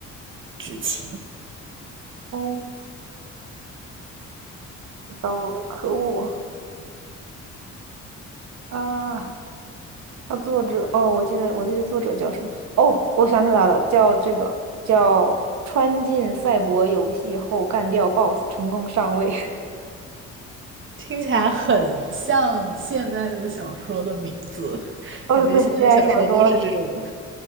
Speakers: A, on the right (about 40°); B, on the right (about 65°).
A: 剧情。
B: 哦，知道了，可恶啊！那作者，哦，我记得我记得作者叫什么？哦，我想起来了，叫这个叫穿进赛博游戏后干掉 BOSS 成功上位。
A: 听起来很像现在的小说的名字，
B: <laughs> 哦，
A: 感觉现在小说都是这种，
B: 对，<laughs> 现在小说